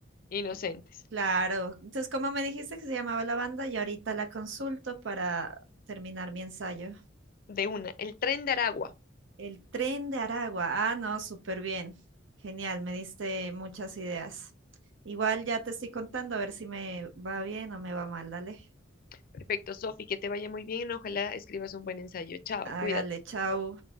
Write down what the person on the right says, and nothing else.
Claro. Entonces, como me dijiste que se llamaba la banda? Y ahorita la consulto para terminar mi ensayo.
El tren de Aragua. Ah, no, súper bien. Genial, me diste muchas ideas. Igual ya te estoy contando a ver si me va bien o me va mal. Dale.
Hágale,
chau.